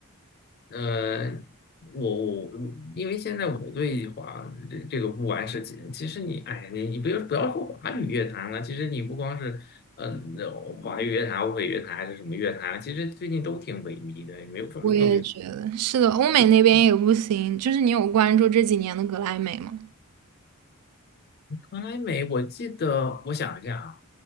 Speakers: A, on the left; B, on the right.
A: 呃，我我因为现在我对华这这个不完是其其实你哎呀你你不要不要说华语乐坛了，其实你不光是嗯、呃华语乐坛、欧美乐坛还是什么乐坛，其实最近都挺萎靡的，也没有什么特别。
B: 我也觉得是的，欧美那边也不行。就是你有关注这几年的格莱美吗？
A: 格莱美，我记得我想一下啊，